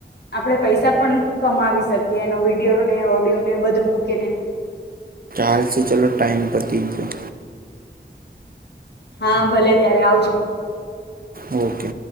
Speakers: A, on the left (about 65°); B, on the right (about 55°).
A: આપણે પૈસા પણ કમાવી શકીએ એનો વિડીયો ને ઓડિયો ને બધું મૂકીને.
B: ચાલસે ચાલો ટાઈમ પર પતિ ગયો.
A: હા ભલે ત્યારે આવજો.
B: ઓકે.